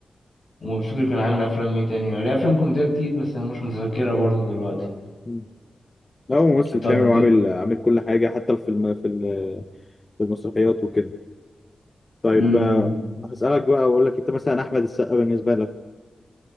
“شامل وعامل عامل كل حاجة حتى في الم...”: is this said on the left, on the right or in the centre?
Left